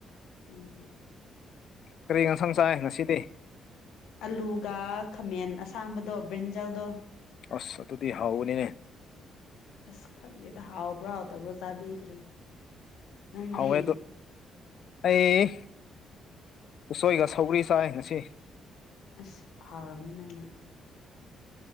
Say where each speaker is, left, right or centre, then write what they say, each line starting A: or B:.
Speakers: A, on the left; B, on the left.
A: ꯎꯝ
B: ꯀꯔꯤ ꯌꯦꯟꯁꯥꯡ ꯆꯥꯏ ꯉꯁꯤꯗꯤ
A: ꯑꯂꯨꯒ ꯈꯥꯃꯦꯟ ꯑꯁꯥꯡꯕꯗꯣ ꯕ꯭ꯔꯤꯟꯖꯜꯗꯣ
B: ꯑꯁ ꯑꯗꯨꯗꯤ ꯍꯥꯎꯅꯤꯅꯦ
A: ꯑꯁ ꯈꯪꯗꯦꯗ ꯍꯥꯎꯕ꯭ꯔꯥ ꯍꯥꯎꯇꯕ꯭ꯔꯥ ꯆꯥꯕꯤꯈ꯭ꯔꯦ ꯅꯪꯗꯤ
B: ꯍꯥꯎꯋꯦ ꯑꯗꯣ ꯑꯩ ꯎꯁꯣꯏꯒ ꯁꯧꯔꯤ ꯆꯥꯏ ꯉꯁꯤ
A: ꯑꯁ ꯍꯥꯎꯔꯝꯅꯤ ꯅꯪꯅ